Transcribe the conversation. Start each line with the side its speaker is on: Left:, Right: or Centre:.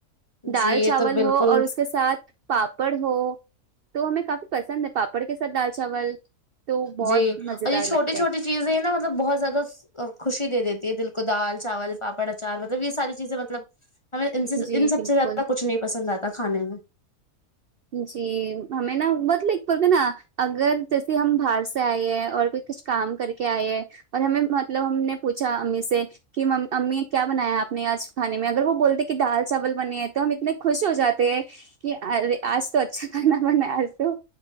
Right: دال
Left: جی
Right: چاول
Left: یہ تو
Right: ہو
Left: بالکل
Right: اور اس کے ساتھ پاپڑ ہو تو ہمیں کافی پسند ہے پاپڑ کے ساتھ دال چاول تو بہت
Left: جی
Right: مزے
Left: اور یہ
Right: دار
Left: چھوٹی
Right: لگتے
Left: چھوٹی
Right: ہیں
Left: چیزیں نہ مطلب بہت زیادہ خوشی دے دیتی ہے دل کو دال چاول پاپڑ اچار مطلب یہ ساری چیزیں مطلب ہمیں ان سے
Right: جی
Left: ان سب
Right: بالکل
Left: سے زیادہ کچھ نہیں پسند آتا کھانے میں
Right: جی ہمیں نا بتلے کے پڑ دے نا اگر جیسے ہم باہر سے آئے ہیں اور کوئی کچھ کام کر کے آئے ہیں اور ہمیں مطلب ہم نے پوچھا امی سے کہ امی کیا بنایا ہے آپ نے آج کھانے میں اگر وہ بولتے کہ دال چاول بنے ہیں تو ہم اتنے خوش ہو جاتے ہیں کہ ارے آج تو اچھا کھانا بنا آج تو